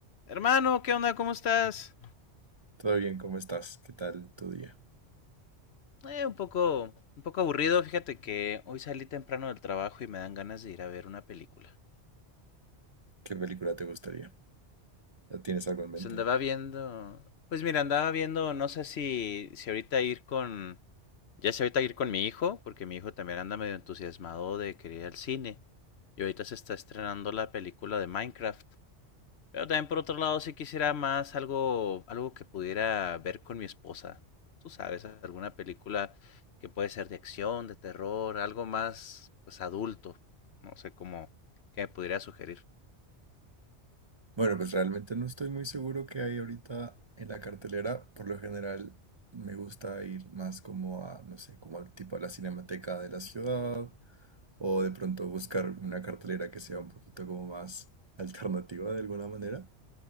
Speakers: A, on the left; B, on the right.
A: Hermano, ¿qué onda? ¿Cómo estás?
B: Todo bien, ¿cómo estás? ¿Qué tal tu día?
A: Eh, un poco, un poco aburrido. Fíjate que hoy salí temprano del trabajo y me dan ganas de ir a ver una película.
B: ¿Qué película te gustaría? ¿Ya tienes algo en mente?
A: Se andaba viendo, pues mira, andaba viendo, no sé si, si ahorita ir con, ya sé ahorita ir con mi hijo, porque mi hijo también anda medio entusiasmado de querer ir al cine. Y ahorita se está estrenando la película de Minecraft. Pero también por otro lado, sí quisiera más algo, algo que pudiera ver con mi esposa. Tú sabes, alguna película que puede ser de acción, de terror, algo más, pues, adulto. No sé cómo, qué me pudiera sugerir.
B: Bueno, pues realmente no estoy muy seguro qué hay ahorita en la cartelera. Por lo general me gusta ir más como a, no sé, como al tipo a la cinemateca de la ciudad o de pronto buscar una cartelera que sea un poquito como más alternativa de alguna manera.